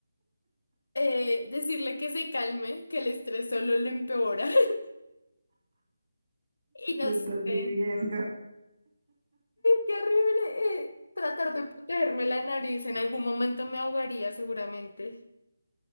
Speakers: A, on the left; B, on the right.
A: eh, decirle que se calme, que el estrés solo lo empeora. <laughs> Y no
B: lo estás
A: sé, sí,
B: viviendo. <laughs>
A: qué horrible. eh, tratar de protegerme la nariz, en algún momento me ahogaría seguramente.